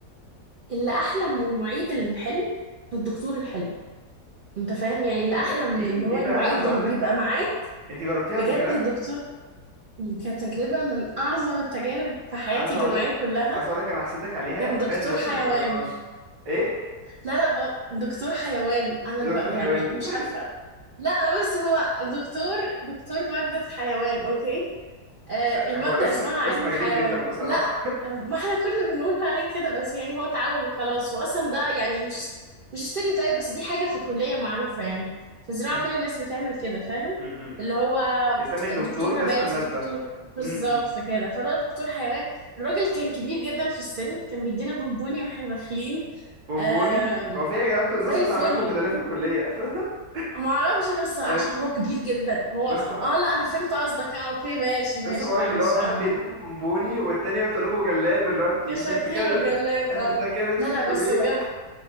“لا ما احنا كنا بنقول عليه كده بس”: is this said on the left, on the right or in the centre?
Right